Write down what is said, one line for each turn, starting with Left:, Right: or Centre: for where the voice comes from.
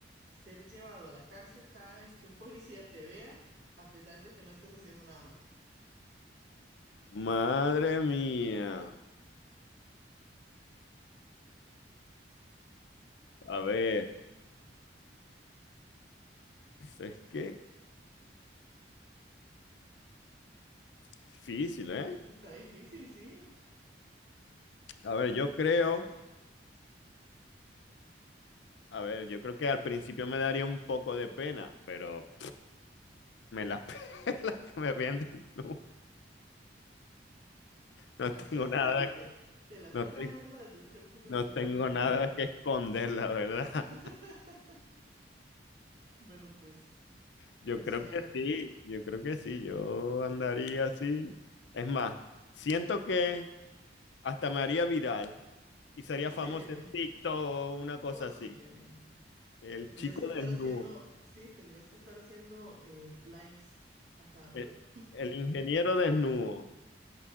Right: ser llevado a la cárcel cada vez que un policía te vea, a pesar de que no estés haciendo nada malo.
Left: Madre mía. A ver, es que es difícil, ¿eh?
Right: Es que está difícil, sí.
Left: A ver, yo creo. A ver, yo creo que al principio me daría un poco de pena, pero me las <laughs> pelas que me vean desnudo. No
Right: Así,
Left: tengo
Right: así,
Left: nada,
Right: así te, te la
Left: no,
Right: pela
Left: te-
Right: de verdad. Yo creo que yo
Left: no
Right: no lo,
Left: tengo
Right: no lo
Left: nada
Right: logro.
Left: que esconder, la verdad.
Right: <laughs> Bueno, pues,
Left: Yo
Right: pues
Left: creo
Right: suena.
Left: que sí, yo creo que sí, yo andaría así. Es más, siento que hasta me haría viral y sería
Right: Posiblemente,
Left: famoso en TikTok o una cosa
Right: posiblemente.
Left: así. El
Right: Tendrías
Left: chico
Right: que estar
Left: desnudo,
Right: haciendo, sí, tendrías que estar haciendo eh, lives a cada rato.
Left: el, el ingeniero desnudo.